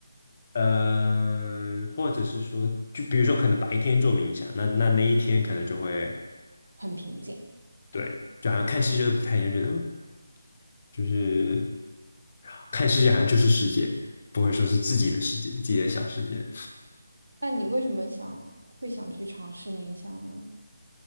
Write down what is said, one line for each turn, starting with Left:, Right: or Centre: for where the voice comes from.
Left: 嗯、或者是说，就比如说，可能白天做冥想，那那那一天可能就会
Right: 很平静。
Left: 对，就好像看世界都不太一样，觉得嗯就是看世界好像就是世界，不会说是自己的世界，自己的小世界。
Right: 那你为什么想会想去尝试冥想呢？